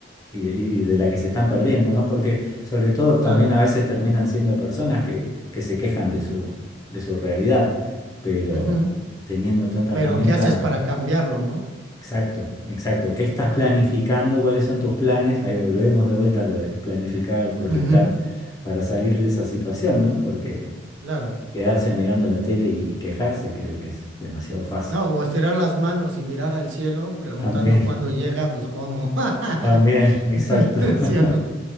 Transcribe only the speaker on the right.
Claro.
Ujú.
Pero
¿qué haces para cambiarlo, no?
Ujú.
Claro.
No, o estirar las manos y mirar al cielo, preguntando
cuándo llega, pues cómo. <laughs>
¿Sí
o no?